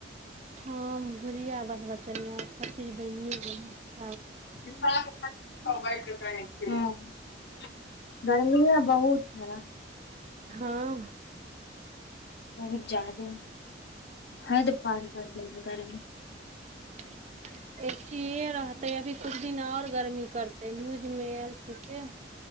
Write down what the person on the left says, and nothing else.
<unintelligible> गर्मीये बहुत सारा।
बहुत जादे हद पार कर देलक गर्मी।